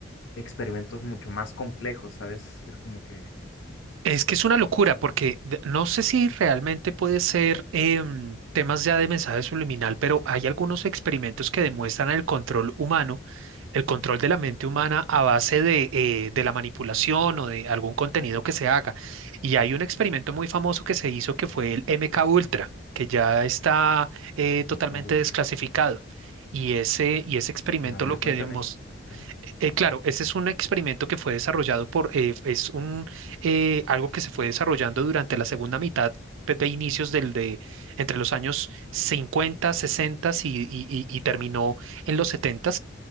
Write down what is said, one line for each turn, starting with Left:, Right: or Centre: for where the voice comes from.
Left: experimentos mucho más complejos, ¿sabes? Es como que
Right: Es que es una locura porque de- no sé si realmente puede ser em, temas ya de mensaje subliminal, pero hay algunos experimentos que demuestran el control humano, el control de la mente humana a base de, eh, de la manipulación o de algún contenido que se haga. Y hay un experimento muy famoso que se hizo que fue el MK Ultra, que ya está eh, totalmente
Left: meca ultra.
Right: desclasificado. Y ese, y ese experimento
Left: A ver,
Right: lo que
Left: cuéntame,
Right: demostró...
Left: cuéntame.
Right: Eh, claro, ese es un experimento que fue desarrollado por, eh, es un, eh, algo que se fue desarrollando durante la segunda mitad pues, de inicios del, de, entre los años cincuenta 60 y, y- y- y terminó en los 70.